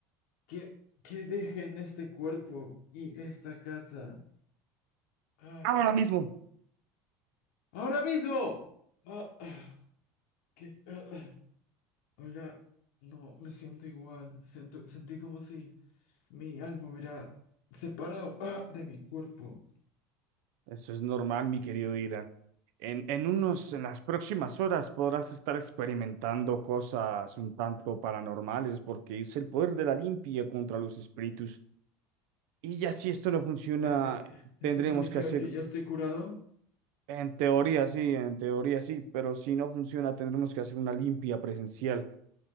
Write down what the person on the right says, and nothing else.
Ahora mismo. <clears throat>
Eso es normal, mi querido Dylan. En, en unos, en las próximas horas podrás estar experimentando cosas un tanto paranormales porque es el poder de la limpia contra los espíritus Y ya si esto no funciona,
tendremos
que hacer,
en teoría sí, en teoría sí, pero si no funciona, tendremos que hacer una limpia presencial.